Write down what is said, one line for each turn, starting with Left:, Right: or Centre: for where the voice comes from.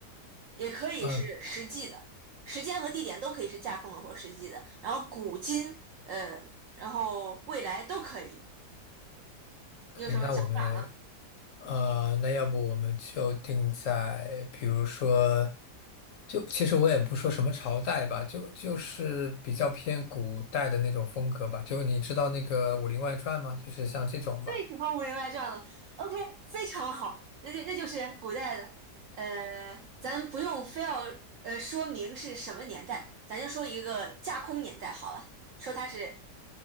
Right: 也可以是实际的，
Left: 呃。
Right: 时间和地点都可以是架空的或实际的，然后古今呃，然后未来都可以。
Left: 可以，
Right: 你有什么想法吗？
Left: 那我们呃，那要不我们就定在，比如说，就其实我也不说什么朝代吧，就就是比较偏古代的那种风格吧。就你知道那个《武林外传》吗？就是像这种吧。
Right: 最喜欢《武林外传》了。OK，非常好，那就那就是古代的，呃，咱不用非要呃说明是什么年代，咱就说一个架空年代好了，说它是